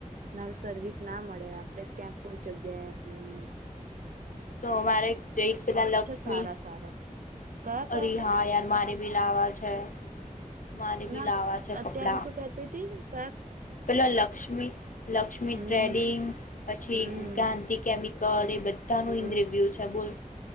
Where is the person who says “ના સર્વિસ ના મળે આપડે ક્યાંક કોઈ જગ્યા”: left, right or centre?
Right